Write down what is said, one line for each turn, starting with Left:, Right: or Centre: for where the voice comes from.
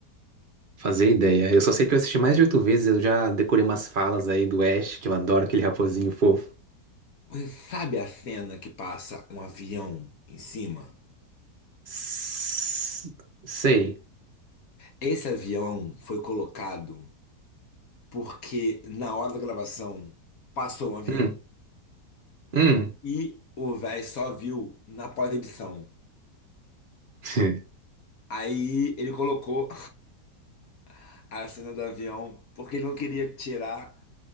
Right: Fazer ideia. Eu só sei que eu assisti mais de oito vezes, eu já decorei umas falas aí do Ash, que eu adoro aquele raposinho fofo.
Left: você sabe a cena que passa um avião em cima?
Right: S- Sei.
Left: Esse avião foi colocado porque na hora da gravação passou um avião.
Right: Hum, hum.
Left: E o véi só viu na pós-edição.
Right: <laughs>
Left: Aí ele colocou <laughs> a cena do avião porque ele não queria tirar